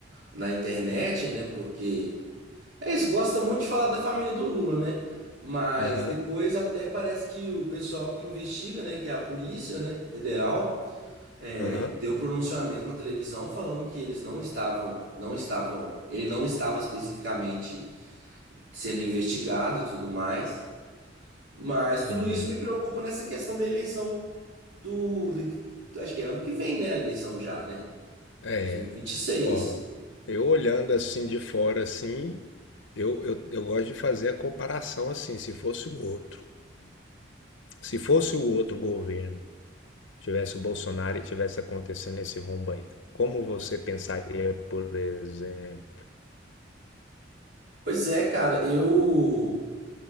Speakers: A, on the right; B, on the left.
A: na internet, né? Porque é isso, gosta muito de falar da família do Lula, né? Mas
B: aham,
A: depois até parece que o pessoal que investiga, né, que é a polícia, né, federal, é,
B: aham.
A: deu pronunciamento na televisão falando que eles não estavam, não estavam, ele não estava especificamente sendo investigado e tudo mais. Mas tudo
B: Uhum.
A: isso me preocupa nessa questão da eleição do, de- acho que é ano que vem, né, a eleição já, né?
B: É,
A: 2026.
B: ó, eu olhando assim de fora assim, eu, eu, eu gosto de fazer a comparação assim, se fosse o outro, se fosse o outro governo, tivesse o Bolsonaro e tivesse acontecendo esse rombo aí, como você pensaria, por exemplo?
A: Pois é, cara, eu